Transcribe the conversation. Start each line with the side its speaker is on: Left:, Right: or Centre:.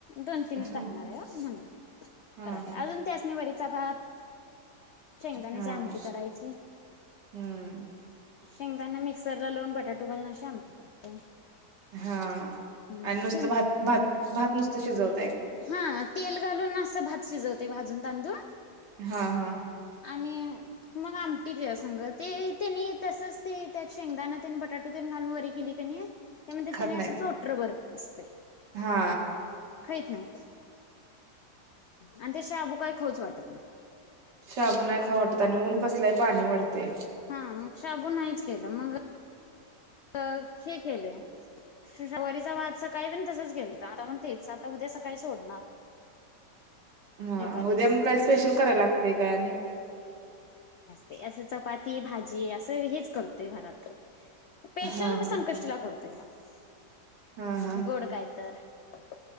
Left: दोन तीनच
Right: हां,
Left: टाकणार आहे हो म्हणून
Right: हां,
Left: करालोय अजून त्यासनी वरी चा भात शेंगदाण्याची
Right: हम्म,
Left: आमटी करायची
Right: हम्म.
Left: शेंग दान मिक्सरला लावून बटाटू पण <unintelligible> आमटी करते
Right: हा
Left: हम्म
Right: आणि नुसतं
Left: ते
Right: भात भात भात नुस <unintelligible>
Left: हा तेल घालून असं भात शिजवते, भाजून तांदूळ.
Right: हा हा
Left: आणि मग आमटी तेज्यासंग ते तेनी तसच ते त्यात शेंगदाणं तेन बटाटू तेन घालून वरी केली कनी त्यामध्ये
Right: खात
Left: तेनी
Right: नाहीत
Left: असं टोटर बसतय
Right: हा
Left: खहीत नाहीत. आणि ते शाबू काही खऊच वाटत नाही.
Right: शाबू नाही खाऊ वाटत आणि ऊन कसलंय पाणी वढतय.
Left: हा मग शाबू नाहीच केलं. मग हे केलंय शवरीचा भात सकाळी पण तसच गेलत आता पण तेच आता उद्या सकाळी सोडणार.
Right: हा
Left: एकादस
Right: उद्या मग काय स्पेशल कराय लागतय काय आणि
Left: ते असं चपाती भाजी असं हेच करतोय घरात. पेशल
Right: हा
Left: म
Right: हा
Left: संकष्टीला करतोय. मग
Right: हा हा
Left: गोड कायतर. <unintelligible>